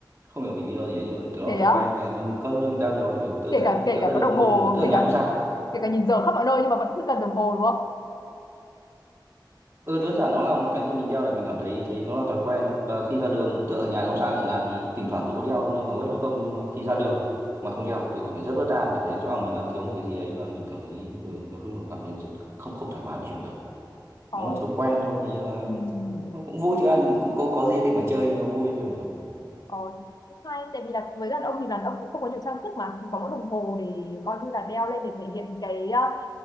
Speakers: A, on the right (about 35°); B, on the left (about 55°).
A: không hiểu vì lý do gì ấy, nhưng mà tớ
B: thế
A: thói
B: á
A: quen và mình có thôi mình đeo nhiều ấy ừ, tớ
B: kể
A: ra,
B: cả kể
A: tớ
B: cả
A: ra
B: có
A: đường
B: đồng
A: không
B: hồ
A: có đồng hồ tớ ở
B: kể
A: nhà
B: cả
A: không sao
B: kể cả nhìn giờ khắp mọi nơi nhưng mà vẫn cứ cần đồng hồ đúng không
A: Ừ, đơn giản nó là một cái gì mình đeo để mình cảm thấy thấy nó là thói quen thôi. Và khi ra đường, tức ở nhà thì không sao, ở nhà thì thỉnh thoảng tôi có đeo nhưng hầu hết là không. Nhưng mà khi ra đường mà không đeo, tôi cảm thấy rất bất an, cảm thấy rõ ràng mình đang thiếu một cái gì đấy và mình cảm thấy, ừ, nói chung là cảm thấy rất không không thoải mái với chuyện đấy.
B: ờ
A: Nó là thói quen thôi, nhưng mà
B: ừm,
A: nó cũng vui thì ăn cũng có, có gì để mà chơi cho nó vui thôi mà.
B: ờ cũng hay tại vì là với đàn ông thì đàn ông cũng không có nhiều trang sức mà thì có mỗi đồng hồ để coi như là đeo lên để thể hiện cái uh,